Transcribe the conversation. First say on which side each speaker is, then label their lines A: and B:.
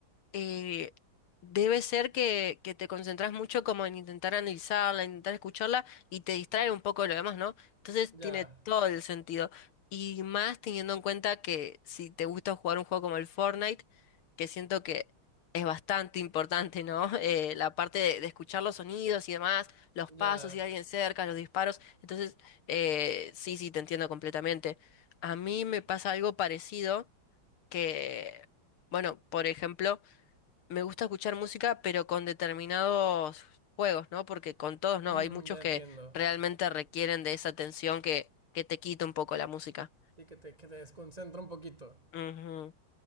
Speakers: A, on the left; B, on the right.
A: eh, debe ser que, que te concentras mucho como en intentar analizarla, intentar escucharla y te distrae un poco de lo demás, ¿no? Entonces
B: Ya.
A: tiene todo el sentido. Y más teniendo en cuenta que si te gusta jugar un juego como el Fortnite, que siento que es bastante importante, ¿no? <laughs> Eh, la parte de, de escuchar los sonidos y demás, los
B: Ya,
A: pasos, si hay alguien cerca, los disparos. Entonces, eh, sí, sí, te entiendo completamente. A mí me pasa algo parecido que, bueno, por ejemplo, me gusta escuchar música, pero con determinados juegos, ¿no? Porque con todos no,
B: Mm,
A: hay muchos
B: ya
A: que
B: entiendo.
A: realmente requieren de esa atención que, que te quita un poco la música.
B: Sí, que te, que te desconcentra un poquito.
A: Ujú.